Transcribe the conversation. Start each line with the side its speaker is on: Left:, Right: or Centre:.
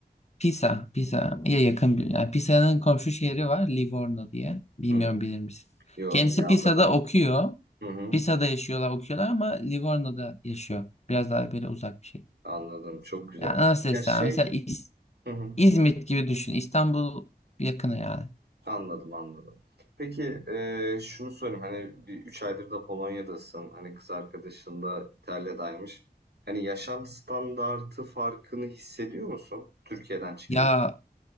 Left: Pisa, Pisa'ya yakın bir. Yani Pisa'nın komşu şehri var, Livorno diye. Bilmiyorum
Right: Hı.
Left: bilir misin?
Right: Yo,
Left: Kendisi
Right: Yavra'da.
Left: Pisa'da okuyor.
Right: Hı hı.
Left: Pisa'da yaşıyorlar, okuyorlar ama Livorno'da yaşıyor. Biraz daha böyle uzak bir şey.
Right: Anladım. Çok güzel.
Left: Ya nasıl desem?
Right: Ya şey,
Left: Mesela İz-
Right: hı hı.
Left: İzmit gibi düşün. İstanbul yakını yani.
Right: Anladım anladım. Peki eee, şunu sorayım hani bir 3 aydır da Polonya'dasın hani kız arkadaşın da İtalya'daymış. Hani yaşam standartı farkını hissediyor musun Türkiye'den çıkınca?
Left: Ya